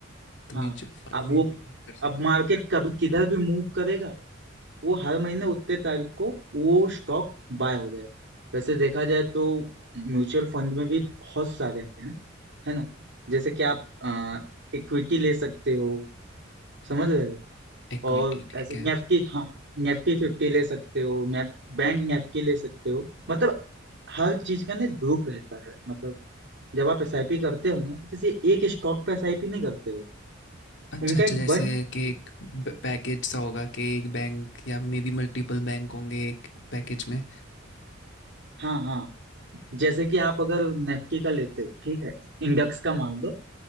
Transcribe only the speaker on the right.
हाँ
अब वो
अब
मार्केट
कभी किधर भी मूव करेगा वो हर महीने उतने तारीख को वो स्टॉक बाय हो जाएगा वैसे देखा जाए तो म्यूचुअल फंड में भी बहुत सारे हैं है ना जैसे कि आप इक्विटी ले सकते हो समझ रहे हो
और
ऐसे
नेफ्टी हाँ नेफ्टी फिफ्टी ले सकते हो नेफ बैंक नेफ्टी ले सकते हो मतलब हर चीज का ना ग्रुप रहता है मतलब जब आप एसआईपी करते हो ना तो किसी एक स्टॉक पे एसआईपी नहीं करते हो
उनका
एक
बंच
एक
हाँ हाँ जैसे कि आप अगर निफ्टी का लेते हो ठीक है इंडेक्स का मान लो